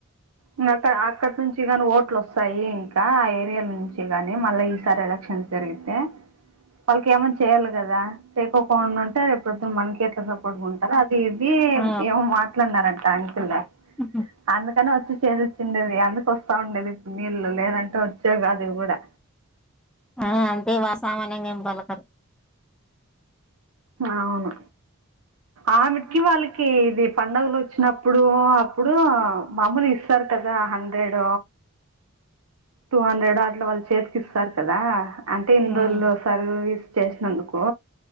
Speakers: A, on the right; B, in the centre.
A: ఇంగ అక్క అక్కడి నుంచి ఇగ ఓట్లు వోస్తాయి. ఇంకా ఆ ఏరియాల్ నుంచి గానీ మళ్ళా ఈసారి ఎలక్షన్స్ జరిగితే పళ్కి ఏమో చేయాలి కదా చేకోం ఉంటే రేపోద్దు మనకి ఎట్లా సపోర్ట్గా ఉంటారు. అది ఇది
B: ఆ
A: ఏమో మ మాట్లాడీన్నారంటా అంకుల్
B: ఉహ్
A: అందుకని వచ్చి చేసేసి వచ్చిండేది అందుకు వస్తా ఉండేది. నీళ్ళు లేదంటే వచ్చేవి కాదు ఇవి కూడా
B: ఆ అంతే సామాన్యంగా ఏం పలకరు
A: అవును ఆ మీటికిీ వాల్లకీ కి ఇది పండుగలు వచ్చినప్పుడు అప్పుడు మామూలు ఇస్తారు. కదా హండ్రెడ్ టూ హండ్రెడ్ అట్లా వాళ్ళు చేతికి ఇస్తారు కదా అంటే ఇన్ని
B: హ్మ్
A: రోజులు ఇస్తారు హ్ ఇది చేసినందుకు